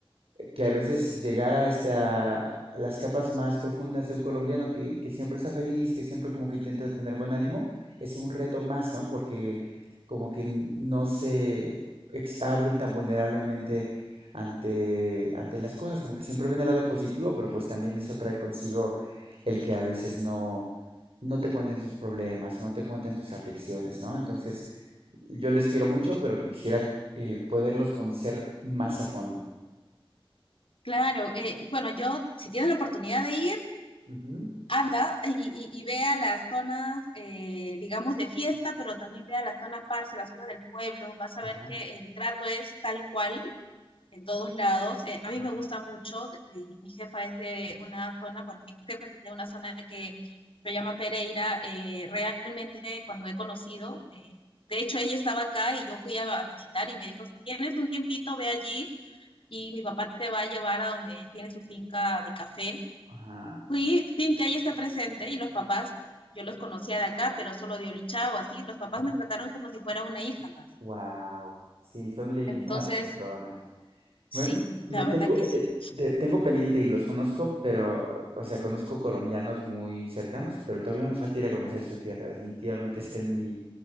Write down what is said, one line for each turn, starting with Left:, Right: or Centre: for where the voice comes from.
Right: que a veces llegar a hasta las capas más profundas de un colombiano que, que siempre está feliz, que siempre como que intenta tener buen ánimo, es un reto más, ¿no? Porque como que n- no se ex- abren tan vulnerablemente ante, ante las cosas, como que siempre ven el lado positivo, pero pues también eso trae consigo el que a veces no, no te cuenten sus problemas, no te cuenten sus aflicciones, ¿no? Entonces, yo les quiero mucho, pero quisiera eh, poderlos conocer más a fondo.
Left: Claro, eh, bueno, yo si tienes la oportunidad de ir,
Right: Ujú.
Left: anda y, y- y vea las zonas, eh, digamos, de fiesta, pero también vea las zonas parce, las zonas del pueblo, vas a
Right: Ajá.
Left: ver que el trato es tal cual en todos lados. Eh, a mí
Right: Ujú.
Left: me gusta mucho, de- de- mi jefa es de una zona, bueno, mi jefa es de una zona que se llama Pereira, eh, realmente cuando he conocido, eh, de hecho ella estaba acá y yo fui a, a visitar y me dijo, si tienes un tiempito, ve allí. Y mi papá te va a llevar a donde él tiene su finca de café,
Right: Ajá,
Left: Fui, Pincay está presente y los papás, yo los conocía de acá, pero solo de Olichao, así, los papás
Right: ajá.
Left: me trataron como si fuera una hija más.
Right: Wow, sí, son lindísimas
Left: Entonces,
Right: personas.
Left: sí,
Right: Me,
Left: la
Right: me tengo,
Left: verdad que
Right: eh,
Left: sí.
Right: eh, de- tengo pendiente y los conozco, pero, o sea, conozco colombianos muy cercanos, pero todavía me falta ir a conocer su tierra. Definitivamente está en mi,